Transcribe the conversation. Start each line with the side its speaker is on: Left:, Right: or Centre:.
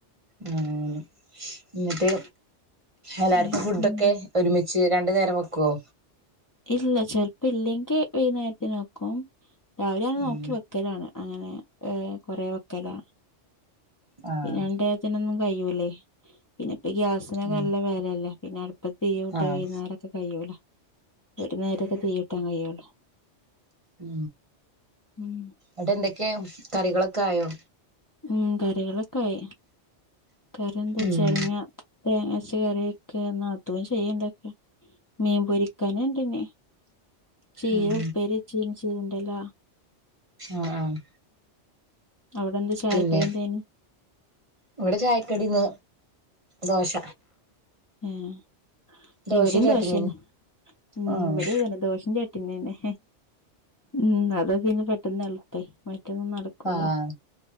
Right: ആഹ് എന്നിട്ട് എല്ലാവർക്കും
Left: ഏ
Right: ഫുഡൊക്കെ
Left: ഉം
Right: ഒരുമിച്ച് രണ്ടു നേരം വെക്കുവോ
Left: ഇല്ല ചെലപ്പ ഇല്ലെങ്കിൽ വൈകുന്നേരത്തിനോക്കും രാവിലെ ആണ് നോക്കി
Right: ഉം
Left: വെക്കലാണ് അങ്ങനെ ഏഹ് കൊറെ വെക്കലാണ്
Right: ആഹ്
Left: പിന്നെണ്ടതിനൊന്നും കഴുവൂല്ലേ പിന്നെ ഇപ്പ ഗ്യാസിനൊക്കെ
Right: ഉം
Left: നല്ല വിലല്ല പിന്നെ അടുപ്പ തീ കട്ടിയ
Right: ആഹ്
Left: വൈകുന്നേരൊക്കെ കഴിയൂല ഒരു നേേരമക്കെ തീ കട്ടാൻ കഴിയുള്ളൂ
Right: ഉ
Left: ഉം
Right: അട്ട് എന്തൊക്കെയ കറികളൊക്കെ ആയോ
Left: ഉം കറികളൊക്കെ ആയി കറി എന്താ വച്ചങ്ങ
Right: ഉം
Left: തേങ്ങച്ച കറിയൊക്കെ നാത്തൂൻ ചെയ്യണ്ടൊക്കെ മീൻ പൊരിക്കാന എണ്ടന്നെ ചീര
Right: ഉം
Left: ഉപ്പേരി വച്ച് ചെയ്തുണ്ടല്ല
Right: ആഹ് ആഹ്
Left: അവിടെന്ത് ചായക്കടി
Right: പിന്നെ
Left: എന്തേന്
Right: ഇവിടെ ചായക്കടിന്ന് ദോശ
Left: ആഹ്
Right: ദോശയും
Left: ഇവിടെയും
Right: ചട്നിയും
Left: ദോഷന്ന ഉ
Right: ആഹ്
Left: ഇവിടെ തന്നെ ദോഷം ചട് പിന്നന്നെ ഉം അതാ പിന്നെ പെട്ടെന്ന് എളുപ്പേ മ ട്ടെന്ന് നടക്കൂല
Right: ആഹ്